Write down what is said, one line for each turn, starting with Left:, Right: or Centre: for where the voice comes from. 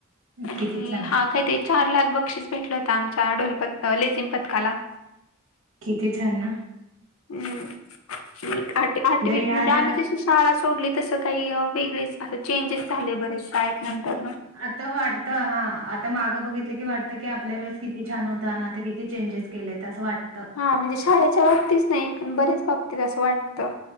Left: आणि
Right: किती छान,
Left: हा काय चार लाख बक्षीस भेटलं होतं आमच्या ढोलप लेझिम पथकाला.
Right: किती छान ना!
Left: हम्म एक आठ आठवीत
Right: ह्या
Left: म्हणजे
Right: ज्या
Left: आम्ही जस शाळा सोडली तसं काही वेगळेच असं चेंजेस झाले बरेच शाळेत नंतरन.
Right: आता वाटतं हां आता मागं बघितलं की वाटतं की आपल्या वेळेस किती छान होत आणि आता किती चेंजेस केलेत असं वाटतं.
Left: हा म्हणजे शाळेच्या बाबतीतच नाही पण बरेच बाबतीत असं वाटतं.